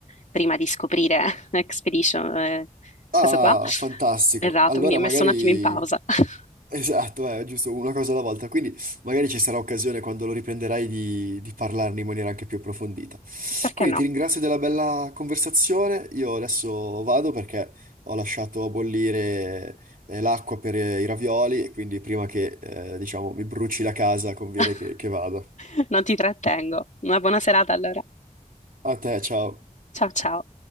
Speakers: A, on the left; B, on the right.
A: prima di scoprire <laughs> Expedition, eh, questo
B: Ah,
A: qua.
B: fantastico,
A: Esatto,
B: allora
A: quindi è messo
B: magari
A: un attimo in pausa. <laughs>
B: Esatto, è giusto, una cosa alla volta. Quindi magari ci sarà occasione quando lo riprenderai di, di parlarne in maniera anche più approfondita.
A: Perché
B: Quindi
A: no?
B: ti ringrazio della bella conversazione. Io adesso vado perché ho lasciato a bollire eh, l'acqua per eh, i ravioli e quindi prima che eh, diciamo mi bruci la casa conviene
A: <laughs>
B: che, che vada.
A: Non ti trattengo. Una buona serata allora.
B: A te, ciao.
A: Ciao ciao.